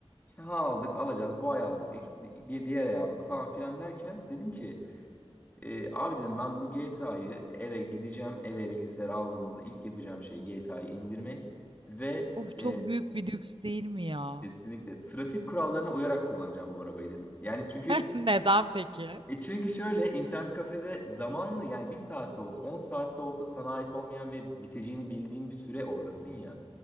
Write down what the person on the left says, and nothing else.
İşte ha aldık alacağız bu ay aldık iki- bir diğer ay aldık falan filan derken dedim ki e, abi dedim ben bu GTA'yı eve gideceğim eve bilgisayar aldığımızda ilk yapacağım şey GTA'yı indirmek ve
e,
kesinlikle trafik kurallarına uyarak kullanacağım bu arabayı dedim. Yani çünkü
e çünkü şöyle internet kafede zamanlı yani bir saatte olsa 10 saatte olsa sana ait olmayan ve biteceğini bildiğin bir süre oradasın ya.